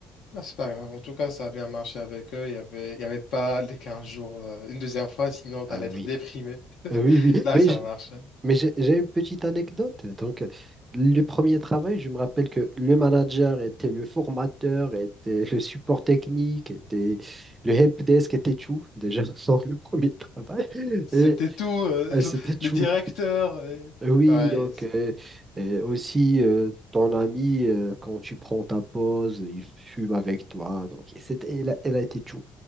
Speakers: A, on the left; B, on the right.
A: Ah, C'est pas grave, en tout cas, ça a bien marché avec eux. Il y avait, il y avait pas les 15 jours, euh, une deuxième fois, sinon
B: Ah
A: t'allais
B: oui.
A: être déprimé. <laughs>
B: Euh, Oui, oui,
A: Là,
B: mais
A: ça
B: j-
A: marche.
B: mais j'ai j'ai une petite anecdote. Donc, euh, le premier travail, je me rappelle que le manager était le formateur, était le support technique, était le help desk, était tout déjà <laughs> dans le premier travail.
A: C'était
B: Et
A: tout, euh,
B: euh, c'était
A: <laughs>
B: tout.
A: le directeur. et-
B: Euh, Oui,
A: Ouais,
B: donc euh, euh, aussi euh, ton ami, euh, quand tu prends ta pause, il fume avec toi. Donc, et c'était, elle a, elle a été tout.